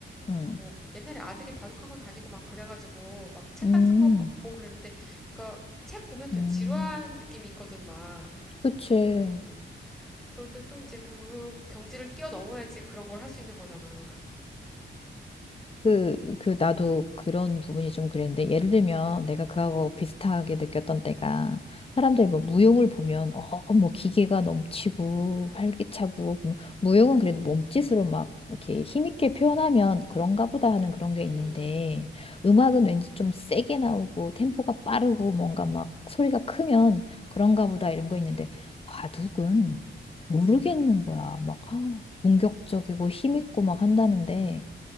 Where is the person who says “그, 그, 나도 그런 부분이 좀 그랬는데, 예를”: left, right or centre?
Left